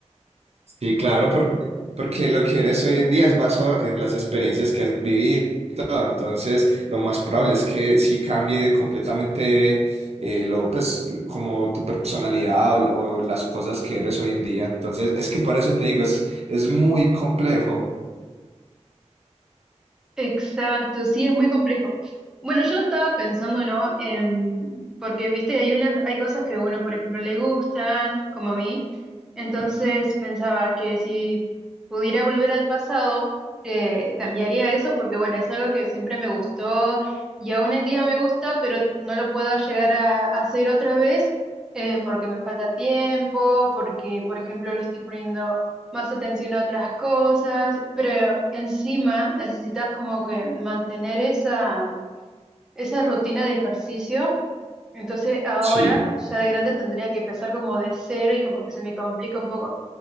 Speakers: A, on the right; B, in the centre.
A: Sí, claro, porque, porque lo que eres hoy en día es basado en las experiencias que has vivido y todo. Entonces, lo más probable es que sí cambie completamente eh, lo, pues, como tu personalidad o, o las cosas que eres hoy en día. Entonces, es que por eso te digo, es, es muy complejo.
B: Exacto, sí, es muy complejo. Bueno, yo lo estaba pensando, ¿no? En- porque, viste, hay unas, hay cosas que a uno, por ejemplo, le gustan, como a mí. Entonces pensaba que si pudiera volver al pasado, eh, cambiaría eso, porque, bueno, es algo que siempre me gustó y aún en día me gusta, pero no lo puedo llegar a, a hacer otra vez, eh, porque me falta tiempo, porque, por ejemplo, le estoy poniendo más atención a otras cosas, pero encima necesitas como que mantener esa, esa rutina de ejercicio. Entonces ahora,
A: Sí,
B: ya de grande, tendría que empezar como de cero y como que se me complica un poco.